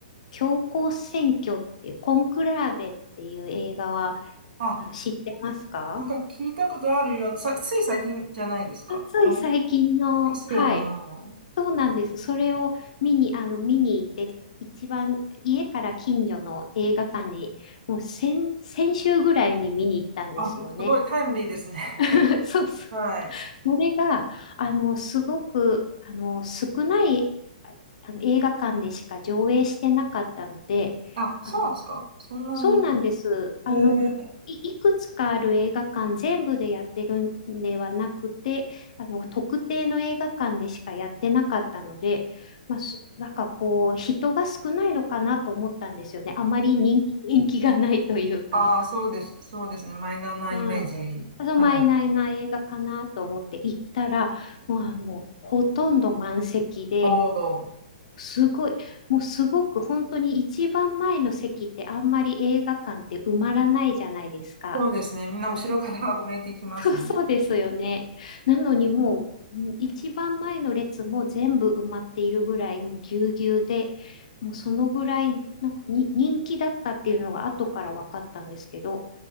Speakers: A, on the left; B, on the right.
A: 教皇選挙っていう、コンクラーベっていう映画は、
B: あ、
A: あの、知ってますか
B: なんか聞いたことあるような、さ、つい最近じゃないですか。
A: あ、つい最近の、
B: あれですよね。
A: はい。そうなんです。それを見に、あの、見に行って、一番家から近所の映画館に、もう先、先週ぐらいに見に行ったんですよね。
B: あ、すごいタイムリーですね。<laughs>
A: <laughs> そうそう。
B: はい。
A: それが、あの、すごく、あの、少ない、ああの、映画館でしか上映してなかったので、
B: あ、そうなんですか。
A: あの、
B: そんなに。
A: そうなんです。あの、
B: えー、
A: い、いくつかある映画館全部でやってるんではなくて、あの、特定の映画館でしかやってなかったので、まあ、すなんかこう、人が少ないのかなと思ったんですよね。あまり人気、<laughs> 人気がないというか。
B: ああー、そうです。そうですね。マイナーなイメージ。
A: はい。ただまいないな映画かなと思って行ったら、
B: はい。
A: もうあの、ほとんど満席で、
B: おお。
A: すごい、もうすごく本当に一番前の席ってあんまり映画館って埋まらないじゃないですか。
B: そうですね。みんな後ろから <laughs> 埋めてきますね。
A: そう、そうですよね。なのにもううん一番前の列も全部埋まっているぐらいもうぎゅうぎゅうで、もうそのぐらいなんかに人気だったっていうのが後から分かったんですけど、